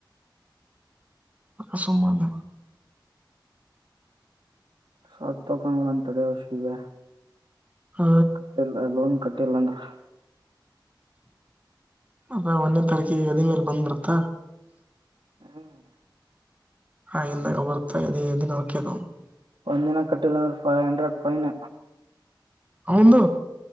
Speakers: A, on the right; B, on the right.
A: ಹ ಸುಮ್ಮದ
B: ಸತ್ತ ಹೊಕ್ಕನ್ ನೋಡ್ ಅವ್ನ ತಡಿ ಶಿವ್ಯಾ.
A: ಹ
B: ಅಟ್ಟೆಲ್ಲಾ ಲೋನ್ ಕಟ್ಟ ಇಲಂದ್ರ
A: ಅದ ಒನ್ನೇ ತಾರೀಕಿಗ ಎದಿಮ್ಯಾಲ ಬಂದ್ ಬಿಡ್ತ
B: ಹ್ಮ್
A: <unintelligible>
B: ಒಂದಿನ ಕಟ್ಟಿಲಂದ್ರ ಫೈ ಹಂಡ್ರೆಡ್ ಫೈನ್.
A: ಅವಂದ